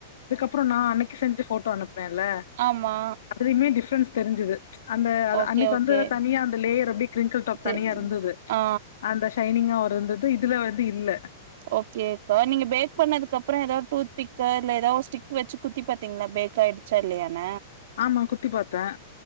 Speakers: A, on the left; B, on the right.
A: அப்றோ நான் அன்னைக்கு செஞ்ச போட்டோ அனுப் மெல
B: ஆமா
A: அதுலயுமே டிஃப் டிஃப்ரன்ஸ் தெரிஞ்சது அந்த அதா
B: ஓகே
A: அன்னைக்கு
B: ஓகே
A: வந்து தனியா அந்த <unintelligible> ப்படி கிரிங்கிள் டாப்
B: தெ
A: தனியா இருந்தது
B: ஆ
A: அந்தஸ ஷைனிங்கா ஒருந்தது இதுல வந்து இல்ல
B: ஓகேக்கா நீங்க பேக் பண்ணதுக்கு அப்புறம் ஏதாவ டூத் பிக் இல்ல ஏதாவோ ஸ்டிக் வச்சு குத்தி பாத்தீங்களா பேக் ஆயிடுச்சா இல்லையான
A: ஆமா குத்தி பார்த்தேன்.